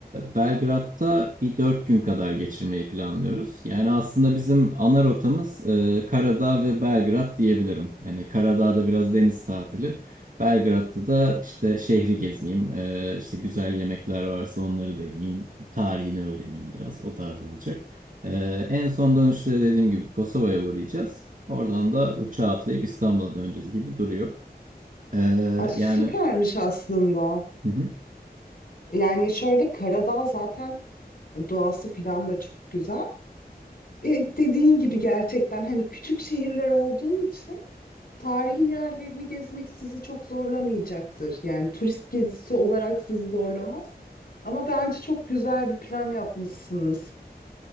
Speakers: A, on the right; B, on the left.
A: Belgrad'da bir 4 gün kadar geçirmeyi planlıyoruz. Yani aslında bizim ana rotamız e, Karadağ ve Belgrad diyebilirim. Yani Karadağ'da biraz deniz tatili. Belgrad'da da işte şehri gezeyim, e, işte güzel yemekler varsa onları deneyeyim, tarihini öğreneyim biraz o tarz olacak. E, en son dönüşte de dediğim gibi Kosova'ya uğrayacağız. Oradan da uçağa atlayıp İstanbul'a döneceğiz gibi duruyor. Ee,
B: Aa, süpermiş
A: yani
B: aslında.
A: hı hı.
B: Yani şöyle Karadağ zaten doğası filan da çok güzel. E, dediğin gibi gerçekten hani küçük şehirler olduğu için tarihi yerlerini gezmek sizi çok zorlamayacaktır. Yani turist gezisi olarak sizi zorlamaz. Ama bence çok güzel bir plan yapmışsınız.